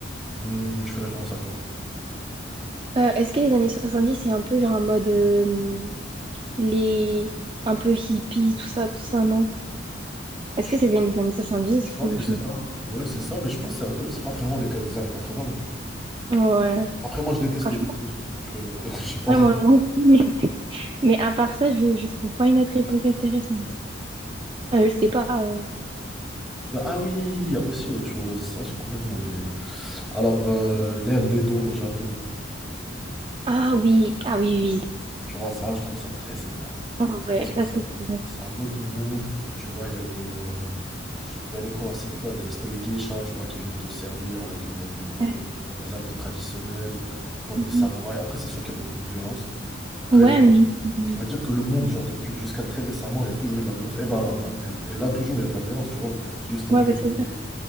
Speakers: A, in the centre; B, on the right.
A: Hmm, tu fais référence à quoi?
B: Euh, est-ce que les années 70 c'est un peu genre en mode euh, les un peu hippie, tout ça, tout ça, non?
A: Je
B: Est-ce que c'est bien les années soixante dix
A: je pense
B: ou
A: que
B: je
A: c'est
B: me...
A: ça. hein. Ouais, c'est ça, mais je pense que c'est un peu, c'est pas très loin des, des années vingts non plus.
B: Ouais,
A: Après, moi, je déteste
B: franchement,
A: les hittifs, donc euh, <laughs> je sais pas.
B: ouais, moi, moi aussi. <laughs> Mais, mais à part ça, je, je trouve pas une autre époque intéressante. Euh, je sais pas. euh,
A: Bah, ah oui, il y a aussi autre chose. Ça, j'ai complètement oublié. Alors, euh, l'ère des dos au Japon,
B: Ah oui, ah oui, oui.
A: tu vois, ça, je trouve ça très sympa.
B: Ah
A: C'est
B: ouais,
A: parce que
B: ça
A: ça-
B: c'est stylé.
A: c'est un autre mood. Tu vois, il y a les, euh, il y a les quoi, c'était quoi déjà? C'était les geishas, tu vois, qui viennent te servir avec les, les-
B: Ouais,
A: leurs, leurs habits traditionnels, l'époque
B: mhm.
A: des samouraïs. Après, c'est sûr qu'il y avait beaucoup de violence. Après,
B: Ouais,
A: je-
B: mais... euh,
A: J'ai envie de dire que le monde, genre, depuis jusqu'à très récemment, il y a toujours eu de la violence. Et, bah, ma- et et là, toujours, il y a de la violence, tu vois. C'est juste un
B: Ouais,
A: peu
B: bah,
A: plus,
B: c'est